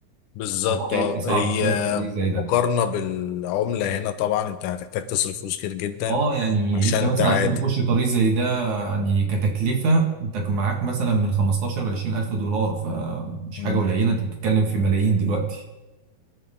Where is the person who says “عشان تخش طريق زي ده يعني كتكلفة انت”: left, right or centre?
Right